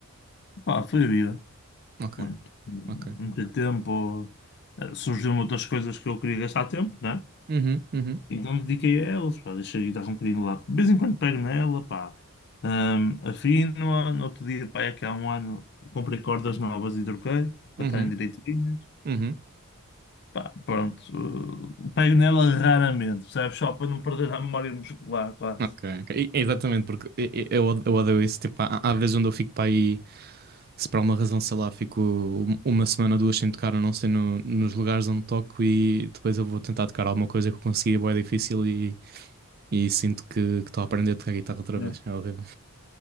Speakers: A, on the left; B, on the right.
A: Pá, foi a vida.
B: Ok,
A: Pronto, meti
B: ok.
A: tempo, eh, surgiram outras coisas que eu queria gastar tempo, né?
B: Uhum, uhum,
A: Então dediquei a elas, pá, deixei a guitarra um bocadinho lá. lado. De vez em quando pego nela, pá, Ahm, afino-a, no outro dia, pá, é que há um ano comprei cordas novas e troquei, para
B: uhum,
A: estarem direitinhas.
B: uhum.
A: Pá, pronto, eh, pego nela raramente, percebes? Só para não perder a memória muscular, quase.
B: Ok, ok. E- Exatamente, porque e- e- eu, od- eu odeio isso. Tipo, há, há vezes onde eu fico para aí, se por alguma razão, sei lá, fico um- uma semana, duas sem tocar, ou não sei, no- nos lugares onde toco e depois eu vou tentar tocar alguma coisa que eu consegui, é bué difícil e, e sinto que que estou a aprender a tocar guitarra outra
A: né?
B: vez. É horrível.